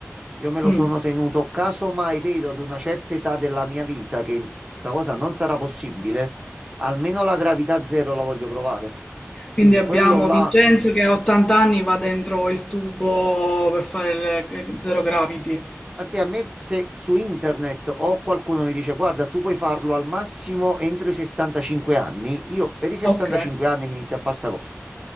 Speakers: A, on the right (about 20°); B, on the left (about 20°).
A: io me lo
B: Mm.
A: sono tenuto caso mai vedo ad una certa età della mia vita che sta cosa non sarà possibile, almeno la gravità zero la voglio provare. Quindi
B: Quindi abbiamo
A: quello là,
B: Vincenzo che a 80 anni va dentro il tubo per fare il zero gravity.
A: perché a me se su internet o qualcuno mi dice guarda, tu puoi farlo al massimo entro i 65 anni, io per i 65
B: Ok,
A: anni mi inizio a fare sta cosa.